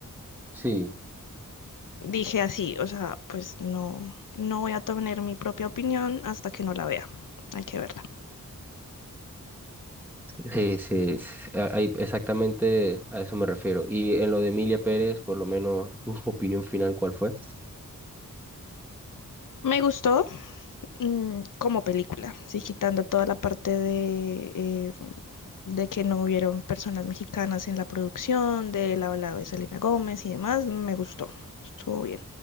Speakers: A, in the centre; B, on the left.
A: Sí.
B: Dije así, o sea, pues no, no voy a tener mi propia opinión hasta que no la vea. Hay que verla.
A: Sí, sí, sí, sí, a- ahí exactamente a eso me refiero. Y en lo de Emilia Pérez, por lo menos, <laughs> tu opinión final, ¿cuál fue?
B: Me gustó mm, como película, sí, quitando toda la parte de, eh, de que no hubieron personas mexicanas en la producción, del hablado de Selena Gómez y demás, me gustó. Estuvo bien.